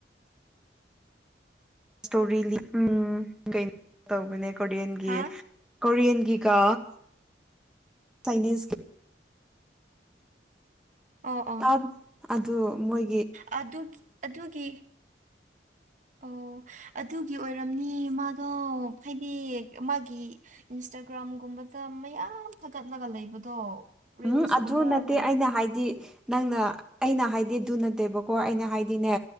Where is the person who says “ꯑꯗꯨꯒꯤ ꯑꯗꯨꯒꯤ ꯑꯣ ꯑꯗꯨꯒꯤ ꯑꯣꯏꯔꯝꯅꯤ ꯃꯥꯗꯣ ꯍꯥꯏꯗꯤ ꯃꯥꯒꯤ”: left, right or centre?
Right